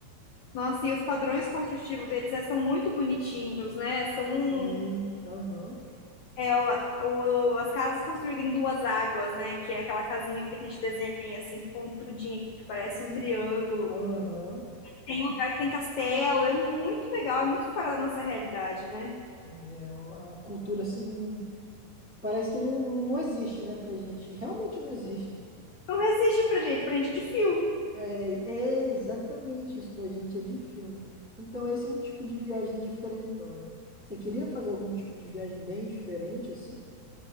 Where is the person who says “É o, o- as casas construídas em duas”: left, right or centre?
Left